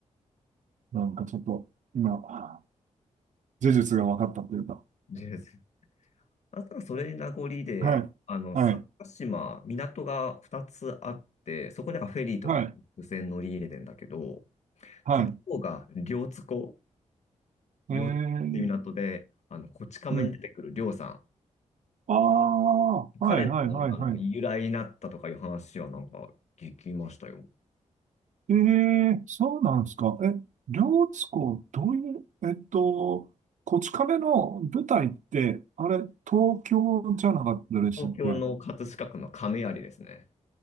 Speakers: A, on the right; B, on the left.
A: あ、なんかちょっと、今、事実が分かったというか。
B: 全然あとはそれ名残で、
A: はい、
B: あの、
A: はい、
B: 薩摩島、港が2つあって、そこでなんかフェリーとか無線乗り入れてんだけど、
A: はい、はい。
B: 片方が両津湖、
A: えー、
B: 両津湖っていう港で、あの、こち亀に出てくる両さん。
A: うん。ああ、
B: 彼のなんか、
A: はい、はい、はい、はい。
B: な由来になったとかいう話はなんか聞きましたよ。
A: ええそうなんですか。え、両津湖、どういう、えっと、こち亀の舞台って、あれ、東京じゃなかったでしたっけえ
B: 東京の葛飾区の亀有ですね。